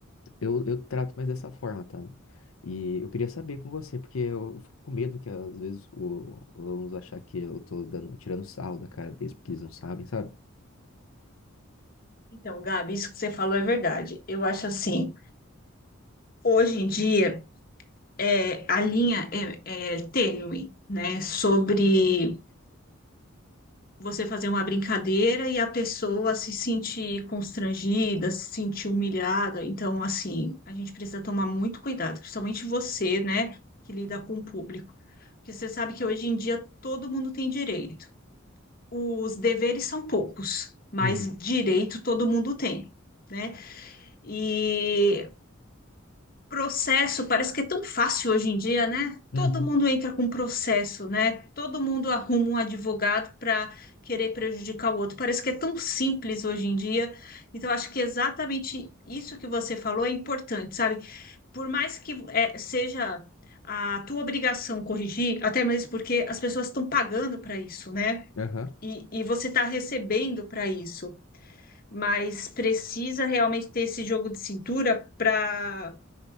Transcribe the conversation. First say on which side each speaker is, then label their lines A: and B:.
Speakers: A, on the left (about 80°); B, on the left (about 45°).
A: Eu, eu trato mais dessa forma, tá? E eu queria saber com você, porque eu fico com medo que às vezes o, os alunos achar que eu tô dando, tirando sarro da cara deles, porque eles não sabem, sabe?
B: Então, Gabi, isso que você falou é verdade. Eu acho assim, hoje em dia é, a linha é, é tênue, né? Sobre você fazer uma brincadeira e a pessoa se sentir constrangida, se sentir humilhada. Então, assim, a gente precisa tomar muito cuidado, principalmente você, né, que lida com o público. Porque você sabe que hoje em dia todo mundo tem direito. Os deveres são poucos, mas
A: Uhum,
B: direito todo mundo tem né? E Processo, parece que é tão fácil hoje em dia, né?
A: uhum,
B: Todo mundo entra com processo, né? Todo mundo arruma um advogado para querer prejudicar o outro. Parece que é tão simples hoje em dia. Então, acho que exatamente isso que você falou é importante, sabe? Por mais que é, seja a tua obrigação corrigir, até mesmo porque as pessoas estão pagando para isso, né?
A: aham,
B: E, e você está recebendo para isso, mas precisa realmente ter esse jogo de cintura para